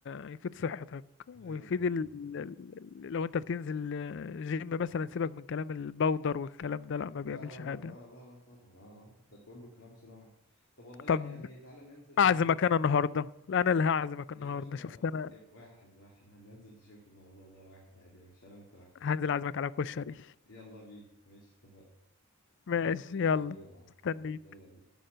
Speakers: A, on the left; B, on the left.
A: هيفيد صحتك ويفيد
B: هايل والله
A: ال... ال- ال- لو انت بتنزل جيم مثلا سيبك من كلام البودر والكلام ده لا ما
B: لا
A: بيعملش
B: لا
A: حاجة
B: لا آه لا لا طبعا اه آه. ده كله كلام صناعي طب والله
A: طب
B: يعني تعالى ننزل
A: اعزمك انا النهاردة لا انا اللي هعزمك
B: يا
A: النهاردة
B: باشا
A: شفت انا
B: يا واحد واحد هننزل نشوف الموضوع ده واحد عادي يا باشا انا وانت واحد
A: هنزل اعزمك على كشري
B: يلا بينا ماشي اتفقنا
A: ماشي
B: ماشي
A: يلا
B: حبيبي يا معلم
A: مستني
B: حبيبي يلا بينا